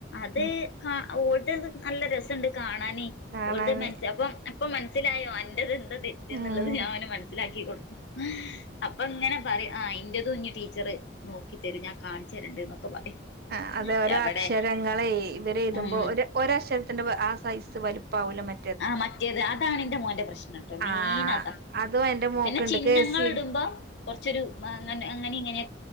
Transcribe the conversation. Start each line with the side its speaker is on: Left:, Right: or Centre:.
Left: അത്
Right: ഉം
Left: കാ ഓൽത് നല്ല രസണ്ട് കാണാൻ
Right: കാണാന്
Left: ഓൽത് മനസ് അപ്പം ഇപ്പോ മനസ്സിലായോ അന്റെത് എന്താ തെറ്റ് എന്നുള്ളത്
Right: ആഹ്
Left: ഞാൻ അവന് മനസ്സിലാക്കി കൊടുക്കും. അപ്പൊ ഇങ്ങനെ പറെം ആ ഇന്റെതും ഇഞ്ഞ് ടീച്ചർ നോക്കി തരും, ഞാൻ കാണിച്ച് തരണ്ട് എന്നൊക്കെ പറയും.
Right: ആ അതെ ഓരോ
Left: എവിടെ
Right: അക്ഷരങ്ങളെ ഇവരെ എഴുതുമ്പോൾ
Left: ഉം
Right: ഒര ഒരക്ഷരത്തിന്റെ ആ സൈസ് സ് വലിപ്പാവില്ല മ
Left: ആഹ് മറ്റേത് അതാണ് എന്റെ മോന്റെ പ്രശ്നം. മെയിനതാ
Right: ആഹ് അതും എന്റെ മോക്ക്ണ്ട്
Left: പിന്നെ ചിഹ്നങ്ങൾ
Right: കെ സി
Left: ഇടുമ്പോ, കുറച്ചൊരു അങ്ങനെ ഇങ്ങനെ